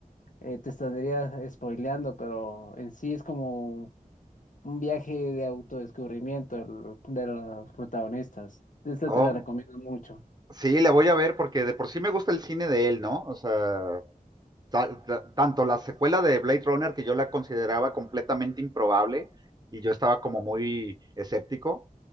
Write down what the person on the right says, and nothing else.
Oh,
sí, la voy a ver porque de por sí me gusta el cine de él, ¿no? O sea, ta- ta- tanto la secuela de Blade Runner, que yo la consideraba completamente improbable, y yo estaba como muy escéptico,